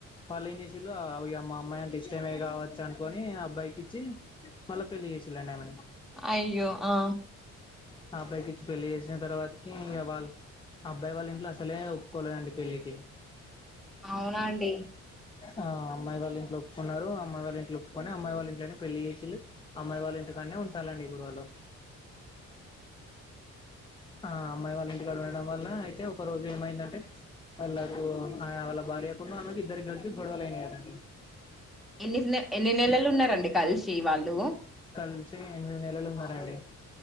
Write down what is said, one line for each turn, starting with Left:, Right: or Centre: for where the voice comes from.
Left: వల్లేసిండ్రు అవి మా అమ్మాయి అంటే ఇష్టమే కావచ్చు అనుకుని అబ్బాయికి ఇచ్చి మళ్ళా పెళ్లి చేసిళండి ఏమ
Centre: అయ్యో ఆ
Left: ఆ అబ్బాయికి ఇచ్చి పెళ్లి చేసిన తర్వాతకి వాళ్ళ అబ్బాయి వాళ్ళ ఇంట్లో అసలే ఒప్పుకోలేదండి పెళ్లికి
Centre: అవునా అండి
Left: ఆ అమ్మాయి వాళ్ళ ఇంట్లో ఒప్పుకున్నారు అమ్మాయి వాళ్ళ ఇంట్లో ఒప్పుకొని అమ్మాయి వాళ్ళ ఇంట్నే పెళ్లి చేసిళ్ళి అమ్మాయి వాళ్ళ ఇంటికనే ఉంటాలండి ఇప్పుడు వాళ్ళు ఆ అమ్మాయి వాళ్ళ ఇంటికాడ ఉండడం వల్ల అయితే ఒక రోజు ఏమైందంటే వాళ్ళకు వాళ్ళ భార్యకు ఆమెకు ఇద్దరి కలిసి గొడవలు అయినాయారండి
Centre: ఎన్ని ఎన్ని నెలలు ఉన్నారండి కలిసి వాళ్ళు
Left: కలిసి ఎనిమిది నెలలు ఉన్నారండి